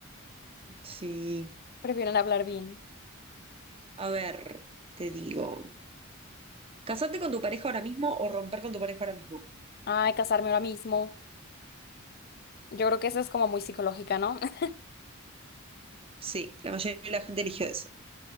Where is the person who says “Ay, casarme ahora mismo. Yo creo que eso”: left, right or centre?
Left